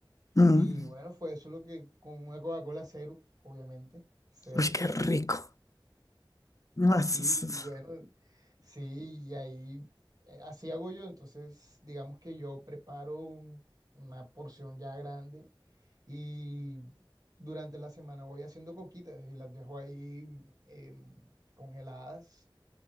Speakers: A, on the left; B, on the right.
A: Mm,
B: Y bueno, fue eso lo que, con una Coca-Cola cero, obviamente, cero.
A: Uy, qué rico. No, es-
B: Y
A: es- es-
B: bueno, sí, y ahí eh, así hago yo. Entonces, digamos que yo preparo un- una porción ya grande y durante la semana voy haciendo coquitas y las dejo ahí em, congeladas.